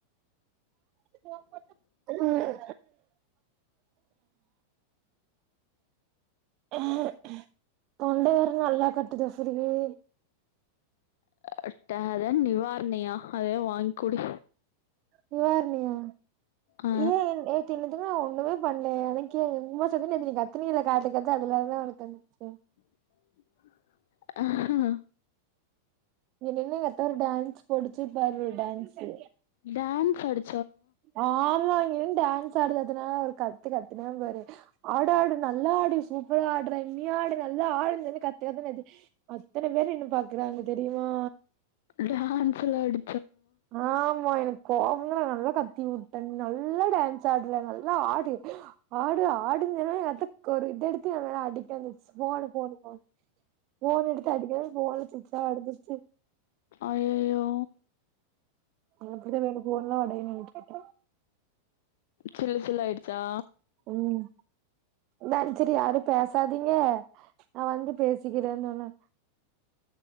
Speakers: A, on the right; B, on the left.
A: போன் போட்டு ம் ம் தொண்ட வேர நல்லா கட்டுது <unintelligible>
B: <unintelligible> நிவார்ணயா அதே வாங்க்குடி
A: நிவார்ணியா
B: ஆ
A: ஏ என் எ தின்னதுகு நா ஒண்ணுமே பண்லயே எனக்கே எங்கும்மா சொல்து நேத்து கத்துனில காட்டு கத்து அதுலாதா உனக் வந்திர்ச்சு
B: <inaudible> அஹ்ஹா
A: இங்க நின்னு எங்க அத்த ஒரு டான்ஸ் பொடுச்சு பாரு டான்சு
B: டான்ஸ்டு ஆடு
A: ஆமா இங்க நின்னு டான் சு ஆடுனாது நால ஒரு கத்து கத்துன பாரு ஆடு ஆடு நல்லா ஆடு சூப்பரா ஆடுற இனியு ஆடு நல்லா ஆடு நின்னு கத்துக்கத்துனுகத்தி அத்தன பேரு என்ன பாக்குறாங்க தெரியுமா
B: டான்ஸ்ல ஆடு
A: ஆமா எனக் கோவம் நல்லா கத்தி வுட்டே நல்லா டான்ஸ் ஆடுற நல்லா ஆடு ஆடு ஆடு சொன்னோனே எங்க அத்த ஒரு இத எடுத்து என் மேல அடிக்க வந்துச்சு போனு போனு போன் எடுத்து அடிக்க போன் சிச்சா ஒடஞ்சுருச்சு
B: அய்யய்யோ
A: அது அப்டிதா வேணு போன்லா உடையன்னு கேட்டே
B: சில்லு சில்லா ஆயிடுச்சா
A: ம் நான் செரி யாரு பேசாதீங்க நா வந்து பேசிக்கிறேன்னு சொன்னே